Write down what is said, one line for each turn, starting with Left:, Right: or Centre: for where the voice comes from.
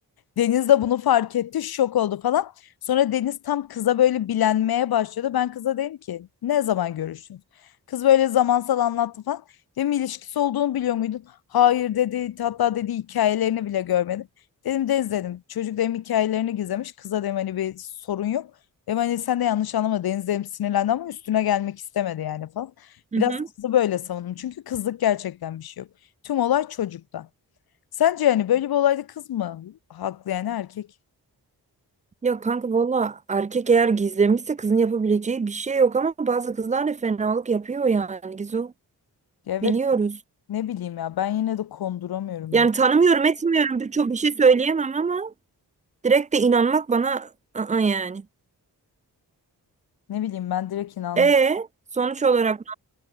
Left: Deniz de bunu fark etti, şok oldu falan. Sonra Deniz tam kıza böyle bilenmeye başladı. Ben kıza dedim ki ne zaman görüştünüz? Kız böyle zamansal anlattı falan. Dedim ilişkisi olduğunu biliyor muydun? Hayır dedi. Hatta dedi hikayelerini bile görmedim. Dedim Deniz dedim. Çocuk dedim hikayelerini gizlemiş. Kıza dedim hani bir sorun yok. Dedim hani sen de yanlış anlama. Deniz dedim sinirlendi ama üstüne gelmek istemedi yani falan.
Right: Hı
Left: Biraz
Right: hı.
Left: kızı böyle savundum. Çünkü kızlık gerçekten bir şey yok. Tüm olay çocukta. Sence yani böyle bir olayda kız mı haklı yani erkek?
Right: ya kanka valla erkek eğer gizlemişse kızın yapabileceği bir şey yok ama bazı kızlar da fenalık yapıyor yani Gizu.
Left: Ya evet
Right: Biliyoruz.
Left: ne bileyim ya ben yine de konduramıyorum
Right: Yani
Left: öyle.
Right: tanımıyorum etmiyorum birçok bir şey söyleyemem ama direkt de inanmak bana ı yani.
Left: Ne bileyim ben direkt inandım.
Right: E sonuç olarak